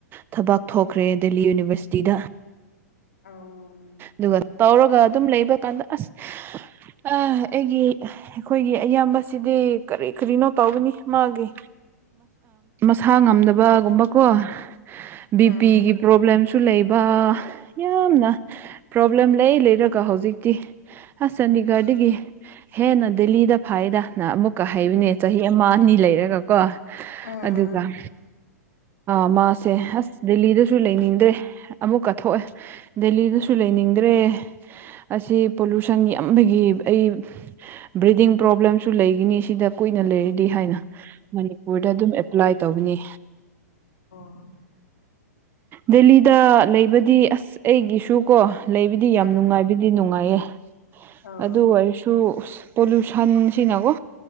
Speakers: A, on the right (about 25°); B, on the left (about 75°).
A: ꯊꯕꯛ ꯊꯣꯛꯈ꯭ꯔꯦ ꯗꯦꯜꯂꯤ ꯌꯨꯅꯤꯚꯔꯁꯤꯇꯤꯗ
B: ꯑꯧ ꯎꯝ
A: ꯑꯗꯨꯒ ꯇꯧꯔꯒ ꯑꯗꯨꯝ ꯂꯩꯕ ꯀꯥꯟꯗ ꯑꯁ ꯑꯩꯒꯤ ꯑꯩꯈꯣꯏꯒꯤ ꯑꯌꯥꯝꯕꯁꯤꯗꯤ ꯀꯔꯤ ꯀꯔꯤꯅꯣ ꯇꯧꯒꯅꯤ ꯃꯥꯒꯤ ꯁꯥ ꯉꯝꯗꯕꯒꯨꯝꯕꯀꯣ ꯕꯤ
B: ꯎꯝ
A: ꯄꯤꯒꯤ ꯄ꯭ꯔꯣꯕ꯭ꯂꯦꯝꯁꯨ ꯂꯩꯕ ꯌꯥꯝꯅ ꯄ꯭ꯔꯣꯕ꯭ꯂꯦꯝ ꯂꯩ ꯂꯩꯔꯒ ꯍꯧꯖꯤꯛꯇꯤ ꯑꯁ ꯆꯥꯟꯗꯤꯒꯔꯗꯒꯤ ꯍꯦꯟꯅ ꯗꯦꯜꯂꯤꯗ ꯐꯥꯏ ꯍꯗ ꯅ ꯑꯃꯨꯛꯀ ꯍꯩꯕꯅꯦ ꯆꯍꯤ ꯑꯃ ꯑꯅꯤ ꯂꯩꯔꯒꯀꯣ
B: ꯎꯝ
A: ꯑꯗꯨꯒ
B: <unintelligible>
A: ꯃꯥꯁꯦ ꯑꯁ ꯗꯦꯜꯂꯤꯗꯁꯨ ꯂꯩꯅꯤꯡꯗ꯭ꯔꯦ ꯑꯃꯨꯛ ꯀꯠꯊꯣꯛꯑꯦ ꯗꯦꯜꯂꯤꯗꯁꯨ ꯂꯩꯅꯤꯡꯗ꯭ꯔꯦ ꯑꯁꯤ ꯄꯣꯂꯨꯁꯟ ꯌꯥꯝꯕꯒꯤ ꯑꯩ ꯕ꯭ꯔꯤꯗꯤꯡ ꯄ꯭ꯔꯣꯕ꯭ꯂꯦꯝꯁꯨ ꯂꯩꯅꯤ ꯩꯅ ꯂꯩꯔꯤꯗꯤ ꯍꯥꯏꯅ ꯃꯅꯤꯄꯨꯔꯗ ꯑꯗꯨꯝ ꯑꯦꯄ꯭ꯂꯥꯏ ꯇꯧꯕꯅꯤ
B: ꯍ
A: ꯗꯦꯜꯂꯤꯗ ꯂꯩꯕꯗꯤ ꯑꯁ ꯑꯩꯒꯤꯁꯨ ꯀꯣ ꯂꯩꯕꯗꯤ
B: ꯎꯝ
A: ꯌꯥꯝ ꯅꯨꯡꯉꯥꯏꯕꯗꯤ ꯅꯨꯡꯉꯥꯏꯌꯦ
B: ꯑꯧ
A: ꯑꯗꯨ ꯑꯣꯏꯔꯁꯨ ꯄꯣꯂꯨꯁꯟ ꯁꯤꯅꯒꯣ